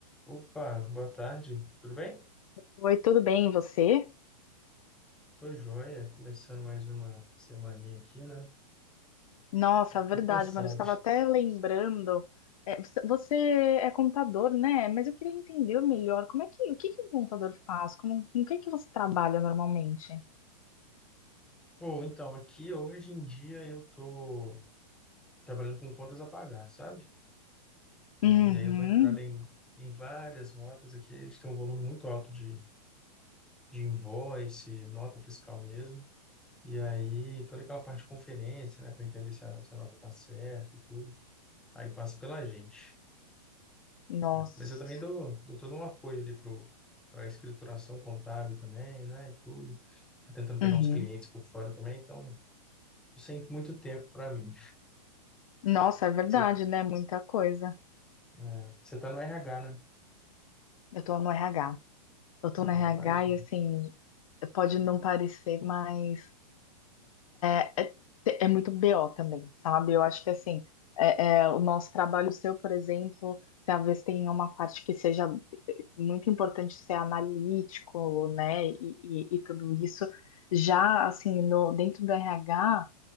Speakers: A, in the centre; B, on the left.
A: Opa, boa tarde, tudo bem?
B: Oi, tudo bem, e você?
A: Tô joia, começando mais uma semaninha aqui, né?
B: Nossa,
A: Já
B: verdade,
A: tô cansado.
B: mano, eu estava até lembrando. É, você você é contador, né? Mas eu queria entender melhor como é que, o que que um contador faz? Como, com o que que você trabalha normalmente?
A: Pô, então, aqui hoje em dia eu tô trabalhando com contas a pagar, sabe?
B: Uhum.
A: É, E aí eu tô entrando em, em várias notas aqui, a gente tem um volume muito alto de, de invoice, nota fiscal mesmo. E aí toda aquela parte de conferência, né, para entender se a, se a nota tá certa e tudo. Aí passa pela gente.
B: Nossa.
A: Mas eu também dou, dou todo um apoio ali pro, para a escrituração contábil também, né? E tudo. Tô Tentando pegar
B: Uhum.
A: uns clientes por fora também, então sem muito tempo para mim.
B: Nossa, é verdade,
A: Você,
B: né? Muita coisa.
A: é, você tá no RH, né?
B: Eu tô no RH. Eu
A: Eu
B: tô no RH
A: Imagino.
B: e assim, pode não parecer, mas é, é muito BO também, sabe? Eu acho que assim, é, é, o nosso trabalho seu, por exemplo, talvez tenha uma parte que seja eh, muito importante ser analítico, né? E, e- e tudo isso. Já assim, no, dentro do RH,